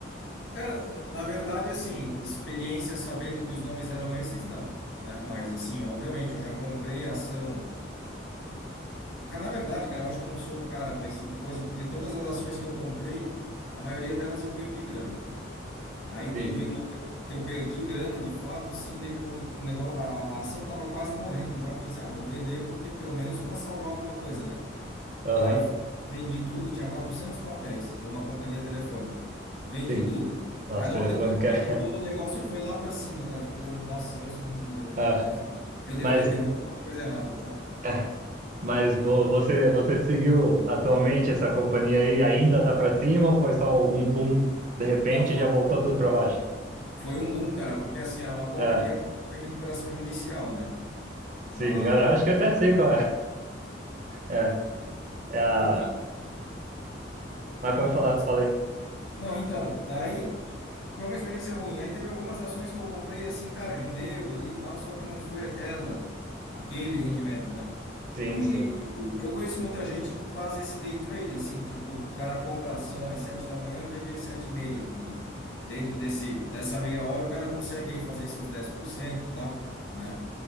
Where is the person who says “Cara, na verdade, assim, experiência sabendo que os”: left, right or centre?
Left